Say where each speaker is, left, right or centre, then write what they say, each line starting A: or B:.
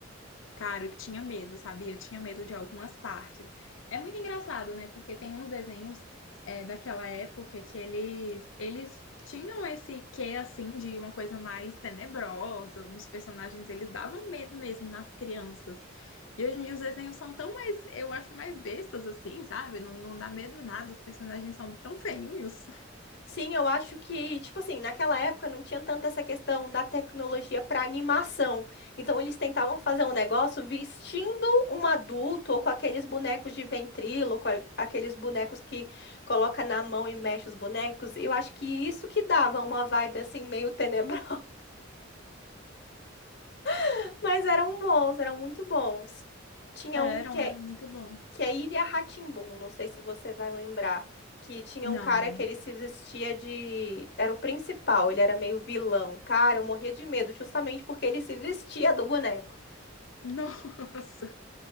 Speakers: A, on the left (about 75°); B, on the left (about 60°).
A: Cara, eu tinha medo, sabe? Eu tinha medo de algumas partes. É muito engraçado, né? Porque tem uns desenhos é, daquela época que eles, eles tinham esse quê, assim, de uma coisa mais tenebrosa. Uns personagens, eles davam medo mesmo nas crianças. E hoje em dia os desenhos são tão mais, eu acho, mais bestas, assim, sabe? Não, não dá medo nada, os personagens são tão feinhos. <laughs>
B: Sim, eu acho que, tipo assim, naquela época não tinha tanta essa questão da tecnologia para animação. Então eles tentavam fazer um negócio vestindo um adulto ou com aqueles bonecos de ventríloco, a- aqueles bonecos que coloca na mão e mexe os bonecos. Eu acho que isso que dava uma vibe assim meio tenebrosa, <laughs> mas eram bons, eram muito bons. Tinha
A: É,
B: um
A: Eram,
B: que é
A: eram muito bons.
B: que é Ilha rá não sei se você vai lembrar, que tinha
A: Não,
B: um cara que ele se vestia de... Era o principal, ele era meio vilão. Cara, eu morria de medo, justamente porque ele se vestia do boneco.
A: <laughs> nossa,